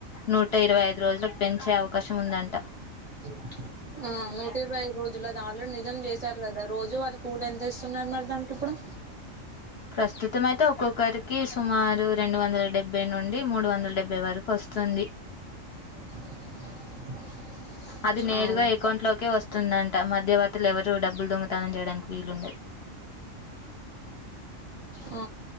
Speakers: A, on the left; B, on the right.
A: నూట ఇరవై ఐదు రోజులకు పెంచే అవకాశం ఉందంట
B: <inaudible> ఆ నూటిరవై ఐదు రోజు లది ఆల్రెడీ నిజం చేశారు కదా రోజు వారి కూల్ ఎంత ఇస్తున్నారు మరి దానికి ఇప్పుడు
A: ప్రస్తుతం అయితే ఒక్కొక్కరికి సుమారు రెండు వందల డెబ్బై నుండి మూడు వందల డెబ్బై వరకు వస్తుంది
B: <inaudible>
A: అది నేరుగా
B: ఆ
A: ఎకౌంట్ లోకే వస్ వస్తుంద అంట మధ్యవర్తులు ఎవరు డబ్బులు దొంగతనం చేయడానికి వీలుండది
B: ఆ